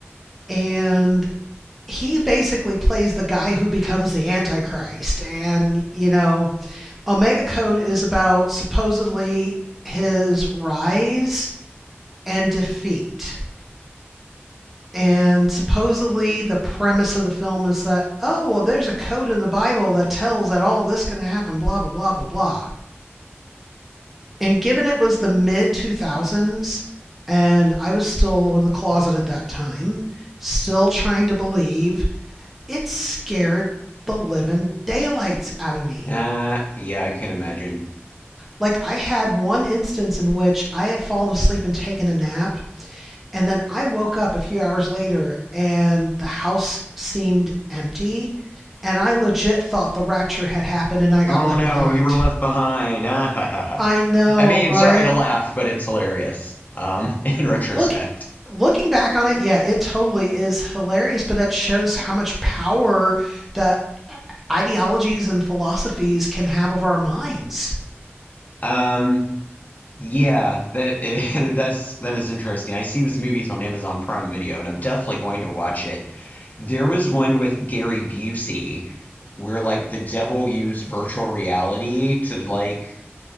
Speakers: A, in the centre; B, on the left.
A: And he basically plays the guy who becomes the Antichrist. And, you know, Omega Code is about supposedly his rise and defeat And supposedly, the premise of the film is that, oh, well, there's a code in the Bible that tells that all this is going to happen, blah, blah, blah, blah, blah. And given it was the mid 2000s, and I was still in the closet at that time, still trying to believe, it scared the living daylights out of me.
B: Uh, yeah, I can imagine.
A: Like, I had one instance in which I had fallen asleep and taken a nap, And then I woke up a few hours later and the house seemed empty. And I legit thought the rapture had happened and I got
B: Oh
A: left
B: no,
A: behind.
B: you were left behind. <laughs> Ah, ha, ha, ha.
A: I know,
B: I mean,
A: right?
B: sorry to laugh, but it's hilarious. Um, <laughs> in retrospect.
A: Look, looking back on it, yeah, it totally is hilarious, but that shows how much power the ideologies and philosophies can have over our minds.
B: Um, yeah, that <laughs> that's that is interesting. I see this movie's on Amazon Prime Video, and I'm definitely going to watch it. There was one with Gary Busey where like the devil used virtual reality to like